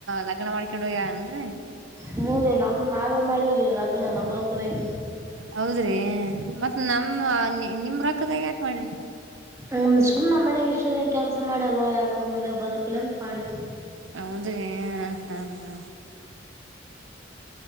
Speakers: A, on the right; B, on the right.
A: ಲಗ್ನ ಮಾಡ್ಕೊಂಡ ಹೋಗ್ಯವ ಆನ್ ರಿ.
B: ಹ್ಮ ರೀ ನಮ್ ನಾವೇ ಮಾಡಿವವ್ರೀ ಲಗ್ನ ನಮ್ಮ ರೊಕ್ಕದಾಗೆ.
A: ಹೌದ್ರಿ ಮತ್ತ್ ನಮ್ಮ ನಿಮ್ ರೊಕ್ಕದಾಗ ಯಾಕ ಮಾಡ್ರಿ.
B: ಹನ್ ಸುಮ್ಮ ನಮ್ ಮನ್ಯಾಗ ಇಷ್ಟು ದಿನ ಕೆಲ್ಸ ಮಾಡ್ಯಾರ ಯಾಕ ಋಣ ದಗ ಬದುಕ್ಲ ಅಂತ ಮಾಡಿವಿ.
A: ಹೌದ ರಿ ಹಾ ಹಾ ಹಾ.